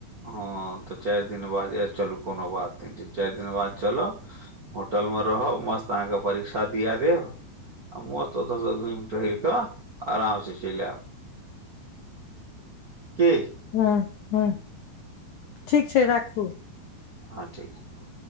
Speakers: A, on the right (about 45°); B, on the left (about 70°).
A: हँ तऽ चारि दिन बाद चलू कोनो बात नहि छै चारि दिन बाद चल होटल मे रहब मस्त अहाँके परीक्षा दिया देब आ मस्त ओतसं घुमि कऽ आराम से चलि आयब की
B: हँ हँ ठीक छै राखू
A: हँ ठीक छै